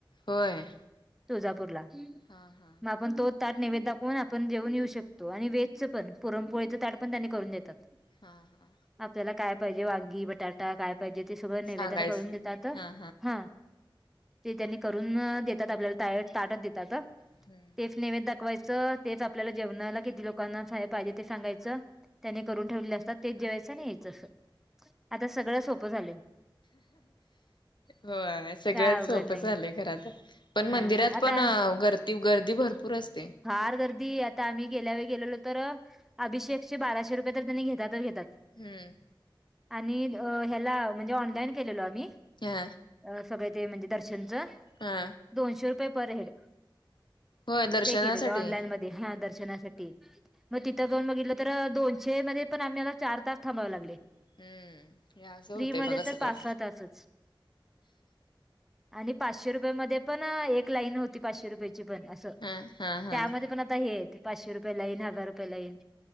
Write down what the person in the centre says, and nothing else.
तुळजापूरला मग
आपण तोच ताट नैवेद दाखवून आपण जेऊन येऊ शकतो आणि वेजच पण पुरणपोळीचं ताट पण त्यांनी करून देतात.
आपल्याला काय पाहिजे वांगी, बटाटा काय पाहिजे? ते सगं नैवेदाला
करून देतातात.
हा! ते त्यांनी करून देतात आपल्याला डायरेक्ट ताटचं देतात.
तेच नैवेद्य दाखवायचं तेच आपल्याला जेवणाला किती लोकांना पाहिजे ते सांगायचं. त्यांनी करून ठेवले असतात तेच जेवायचं आणि यायचं. आता सगळं सोपं झालंय.
काय अवघड
नाही
ह आता
फार गर्दी आता आम्ही गेल्या वेळी गेलेलो तर अभिषेकचे बाराशे रुपये तर त्यांनी घेतातच घेतात
आणि ह्याला म्हणजे ऑनलाईन केलेलो आम्ही
अ सगळे ते म्हणजे दर्शनचं.
दोनशे रुपये पर हेड.
ते केलेल ऑनलाईन मध्ये हा दर्शनासाठी. मग तिथं जाऊन बघितलं तर दोनशे मध्ये पण आम्हाला चार तास थांबावे लागले.
फ्री
मध्ये
तर पाच-सहा तासचं आणि पाचशे रुपये मध्ये पण एक लाईन होती पाचशे रुपयाेची पण असं
त्यामध्ये पण आता हे पाचशे रुपये लाईन हजार रुपये लाईन.